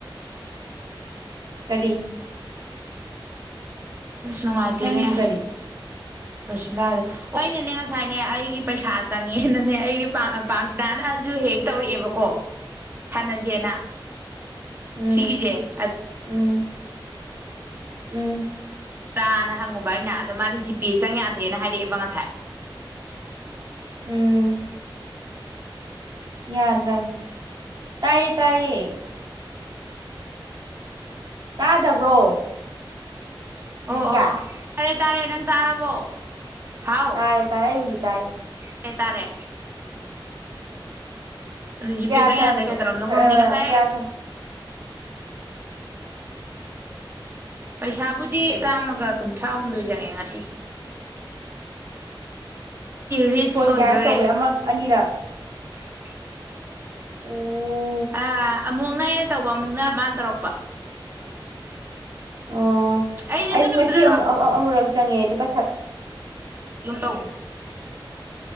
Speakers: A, on the right (about 50°); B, on the right (about 25°).
A: ꯀꯔꯤ
B: ꯑꯁ ꯅꯨꯡꯉꯥꯏꯇꯦꯅꯦ
A: ꯅꯪꯒꯤ ꯀꯔꯤ
B: ꯀꯁꯨꯂꯥꯗ ꯑꯩꯅꯅꯦ ꯉꯁꯥꯏꯅꯦ ꯑꯩꯒꯤ ꯄꯩꯁꯥ ꯆꯪꯉꯛꯑꯦꯅꯅꯦ ꯑꯩꯒꯤ ꯄꯥꯛ ꯄꯥꯛꯁꯤꯗꯥꯅꯁꯨ ꯍꯦꯛ ꯇꯧꯔꯛꯑꯦꯕꯀꯣ ꯁꯥꯟꯅꯁꯦꯅ
A: ꯎꯝ
B: ꯁꯤꯒꯤꯖꯦ ꯑ
A: ꯎꯝ ꯎꯝ
B: ꯇ꯭ꯔꯥꯅ ꯍꯪꯉꯨꯕ ꯑꯩꯅ ꯑꯗꯣ ꯃꯥꯗꯤ ꯖꯤꯄꯦ ꯆꯪ ꯌꯥꯗ꯭ꯔꯦꯅ ꯍꯥꯏꯔꯛꯑꯦꯕ ꯉꯁꯥꯏ
A: ꯎꯝ ꯌꯥꯗ꯭ꯔꯝꯅꯦ ꯇꯥꯏꯌꯦ ꯇꯥꯏꯌꯦ ꯇꯥꯗꯕ꯭ꯔꯣ
B: ꯑꯣ
A: ꯗꯤꯕꯤꯀꯥ
B: ꯑꯣ ꯇꯥꯔꯦ ꯇꯥꯔꯦ ꯅꯪ ꯇꯥꯔꯕꯣ ꯍꯥꯎ
A: ꯇꯥꯔꯦ ꯇꯥꯔꯦ ꯑꯩꯕꯨꯗꯤ ꯇꯥꯏ
B: ꯇꯥꯔꯦ ꯇꯥꯔꯦ ꯑꯗꯨ ꯖꯤꯄꯦ
A: ꯀꯌꯥ
B: ꯆꯪ
A: ꯆꯪꯉꯛꯄ
B: ꯌꯥꯗ꯭ꯔꯦ ꯀꯩꯗꯧꯔꯝꯅꯣ
A: ꯀꯑ
B: ꯈꯪꯗꯦ ꯉꯁꯥꯏ
A: ꯀꯌꯥ ꯆꯪ
B: ꯄꯩꯁꯥꯕꯨꯗꯤ ꯆꯥꯝꯃꯒ ꯀꯨꯟꯊ꯭ꯔꯥꯍꯨꯝꯗꯣꯏ ꯆꯪꯉꯦ ꯉꯁꯤ ꯔꯤꯠꯁ
A: ꯐꯣꯟ
B: ꯑꯣꯏꯗꯣꯔꯦ
A: ꯀꯌꯥꯔꯛ ꯇꯧꯕꯩ ꯑꯃ ꯑꯅꯤꯔꯛ
B: <unintelligible>
A: ꯑꯣ
B: ꯑꯥ ꯑꯃꯨꯛꯅ ꯑꯩꯅ ꯇꯧꯕ ꯑꯃꯨꯛꯅ ꯃꯥꯅ ꯇꯧꯔꯛꯄ
A: ꯑꯣ
B: ꯑꯩꯗꯤ
A: ꯑꯩꯁꯨ
B: ꯑꯗꯨ ꯅꯨꯃꯤꯠꯇꯨꯗ
A: ꯉꯁꯤ ꯑꯃ ꯑꯃꯨꯔꯛ ꯆꯪꯉꯦ ꯂꯨꯄꯥ ꯁꯚꯦ
B: ꯑꯗꯨꯨꯝ ꯇꯧꯕ